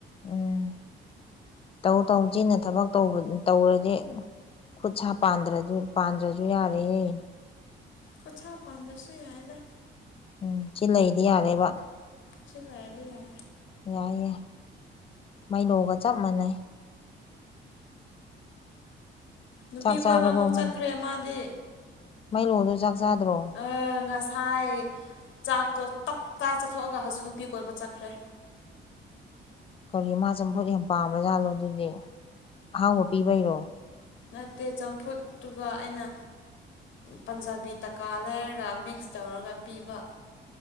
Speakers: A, on the left; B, on the left.
A: ꯎꯝ ꯇꯧ ꯇꯧ ꯆꯤꯟꯅ ꯊꯕꯛ ꯇꯧꯔꯗꯤ ꯈꯨꯠ ꯁꯥ ꯄꯥꯟꯗ꯭ꯔ ꯄꯥꯟꯗ꯭ꯔꯁꯨ ꯌꯥꯔꯦꯌꯦꯦ
B: ꯀꯣ ꯆꯥꯎ ꯄꯥꯟꯗꯁꯨ ꯌꯥꯏꯗ
A: ꯎꯝ ꯁꯤ ꯂꯩꯗꯤ ꯌꯥꯔꯦꯕ
B: ꯁꯤ ꯂꯩꯗꯤꯌꯥ
A: ꯌꯥꯏꯌꯦ ꯃꯩꯂꯣꯒ ꯆꯞ ꯃꯥꯟꯅꯩ
B: ꯅꯨꯄꯤ
A: ꯆꯥꯛ ꯆꯥꯔꯕꯣ
B: ꯀꯣꯏꯕ ꯑꯃꯨꯛ
A: ꯃꯩꯂꯣ
B: ꯆꯠꯈ꯭ꯔꯦ ꯃꯥꯗꯤ
A: ꯃꯩꯂꯣꯗꯣ ꯆꯥꯛ ꯆꯥꯗ꯭ꯔꯣ
B: ꯑ ꯉꯁꯥꯏ ꯆꯥꯛꯇꯣ ꯇꯞꯇꯥ ꯆꯠꯊꯣꯛꯑꯒ ꯍꯧꯖꯤꯛ ꯅꯨꯄꯤ ꯀꯣꯏꯕ ꯆꯠꯈ꯭ꯔꯦ
A: ꯀꯔꯤ ꯃꯥ ꯆꯝꯐꯨꯠ ꯌꯥꯝ ꯄꯥꯝꯕꯖꯥꯠꯂꯣ ꯑꯗꯨꯗꯤ ꯑꯍꯥꯎꯕ ꯄꯤꯕꯩꯔꯣ
B: ꯅꯠꯇꯦ ꯆꯝꯐꯨꯠꯇꯨꯒ ꯑꯩꯅ ꯄꯟꯖꯥꯕꯤ ꯇꯀꯥ ꯂꯩꯔꯒ ꯃꯤ ꯃꯤꯛꯁ ꯇꯧꯔꯒ ꯄꯤꯕ